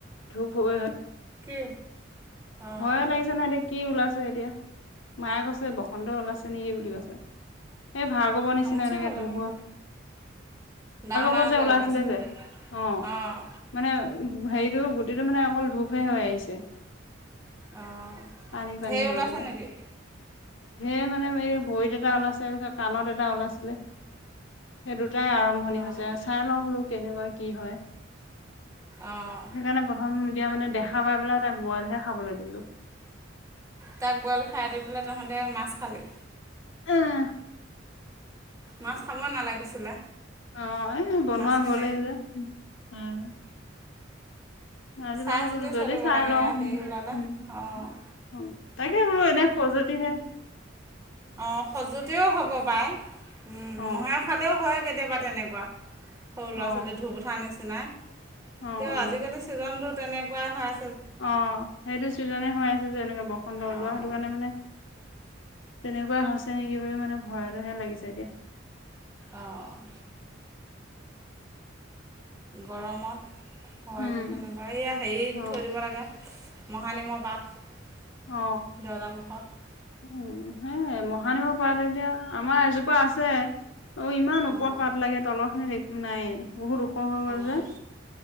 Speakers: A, on the left; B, on the right.
A: ধূপ হৈ হয়
B: কি অঁ
A: হয় লাগিছে নাই এতিয়া কি ওলাইছে এতিয়া মায়ে কৈছে বসন্ত ওলাইছে নেকি বুলি কৈছে এই ভাৰ'ব নিচিনা
B: ঘামুচিও
A: এনেকে
B: ওলাব
A: ধঢুপ হ
B: ডাঙৰ ডাঙৰকৈ
A: ভৱৰ যে ওলাইছিলে
B: ওলাইছে
A: যে অ
B: অঁ
A: মানে হেৰিটো গুটিটো মানে অকল ধূপহে হৈ আহিছে
B: অঁ
A: পানী পানী
B: ঢেৰ
A: হৈ
B: ওলাইছে
A: গলে
B: নেকি
A: সেৰ মানে এই ভৰিত এটা ওলাইছেে কাণত এটা ওলাইছিলে সেই দু তাই আৰম্ভণি
B: অঁ
A: হৈছে চাই লওঁ বোলো কেনেকুৱা কি হয় সেইকাৰণে
B: অঁ
A: প্ৰথম তেতিয়া মানে দেখা পাই পেলাই তাক বইলহে খাবলৈ দিলো
B: তাক বইল খাই দি পেলাই তহাঁঁতে মাছ খালে
A: আহ
B: মাছ খাব নালাগিছিলে
A: আহ এ বনোৱা
B: মাছখিনি
A: গ'লে যে উম। আজি
B: চাই
A: বাৰু
B: চিতি
A: বোলো যদি
B: চলিব
A: চাই
B: লাগে
A: লওঁ
B: হেৰি ওলালে
A: উম
B: অ'।
A: অ', তাকে বোলো এনে খজুতিহে।
B: অ', সজুতেও হ'ব পাৰে
A: অ
B: মহে খালেও হয় কেতিয়াবা তেনেকুৱা। সৰু
A: অ
B: ল'ৰা ছোৱালীৰ ধুপ উঠাৰ নিচিনাই।
A: অ অ
B: তে আজিকালি ছিজনটো তেনেকুৱা হয়
A: আহ সেইটো ছিজনে হৈ আছে যে এনেকে বসন্ত ওলোৱা
B: অঁ
A: সেইটো কাৰণে মানে তেনেকুৱা হৈছে নেকি বুলিো মানে ভয়তেহে লাগিছে এতিয়া।
B: অ'। গৰমত। হয়
A: উম
B: যে তেনেকুৱা এইয়া হেৰিত
A: অ
B: থৈ দিব লাগে মহানিমৰ পাত।
A: অ
B: দৰ্জা মুখত।
A: উম, সেয়া মহানিমৰ পাত এতিয়া আমাৰ এজোপা আছে। অ', ইমান ওপৰত
B: অঁ
A: পাত লাগে তলৰখিনিত একো নাই বহুত ওখ হৈ গ'ল
B: অঁ
A: যে।